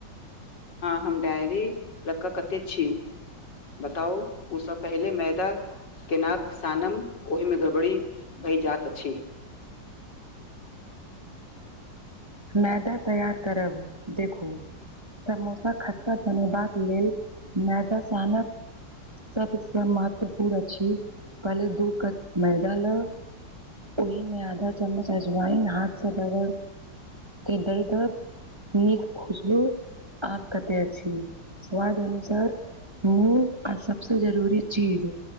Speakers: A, on the left (about 75°); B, on the right (about 15°).
A: हाँ हम डायरी ल क कते छी बताउ ओ सब पहिले मैदा केनाब सानम ओहिमे गड़बड़ी भयजात अछि
B: मैदा तैयार करब देखू समोसा खटा बनेबाक लेल मैदा सानब सबसँ महत्वपूर्ण अछि पहिले दू कप मैदा ल ओहिमे आधा चम्मच अजवायन हाथ से रगड़ के दर्दह नीक खुशबु आब कते अछी स्वाद अनुसार नून ओ आ सबस जरूरी चीज